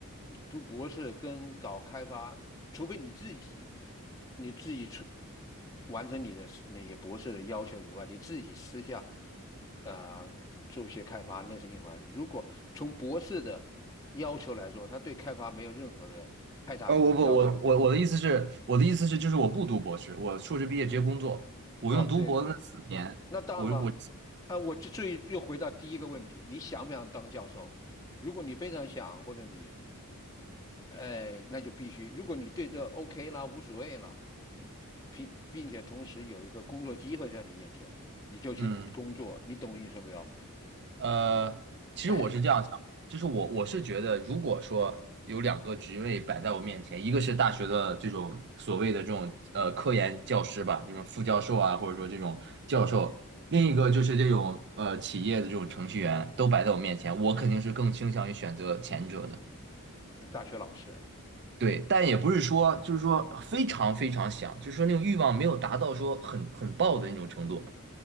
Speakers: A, on the left; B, on the right.
A: 读博士跟搞开发，除非你自己，你自己出完成你的是那些博士的要求以外，你自己私下呃做一些开发，那是另外回事。如果从博士的要求来说，他对开发没有任何的太大的要求。
B: 呃，我不，我我我的意思是，我的意思是，就是我不读博士，我硕士毕业直接工作，我用读博的那四年，
A: 哦，这个那当然了，
B: 我我
A: 呃，我就最又回到第一个问题，你想不想当教授？如果你非常想，或者你，哎、那就必须。如果你对这 OK 啦，无所谓了，并并且同时有一个工作机会在你眼前，你就去工作。
B: 嗯。
A: 你懂我意思没有？
B: 呃，
A: <laughs>
B: 其实我是这样想，
A: 哎，
B: 就是我我是觉得，如果说有两个职位摆在我面前，一个是大学的这种所谓的这种呃科研教师吧，这种副教授啊，或者说这种教授，另一个就是这种呃企业的这种程序员，都摆在我面前，我肯定是更倾向于选择前者的。
A: 大学老师，
B: 对，但也不是说就是说非常非常想，就是说那种欲望没有达到说很很爆的那种程度。